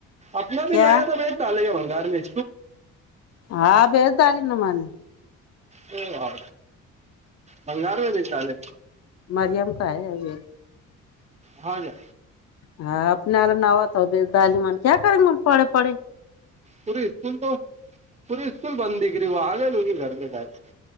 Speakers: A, on the right; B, on the left.
A: आपना
B: क्या
A: भी नया था बेच डाले भंगार मे
B: हा बेस आणि ना मन <unintelligible>
A: हो भंगार ली गार मे बेचं डाले.
B: मरीयम काय आहे अ
A: होव जा.
B: हा आपणाला नाव बे ालिमन क्या करे मग पढे पढे <unintelligible>
A: परी स्कूल त पूरी स्कूल बंद दि कर, व आग लूी घर बे काय